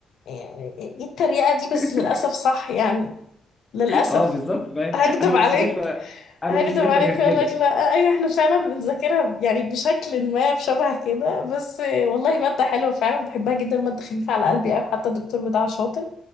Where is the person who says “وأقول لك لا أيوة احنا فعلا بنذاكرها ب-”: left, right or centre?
Left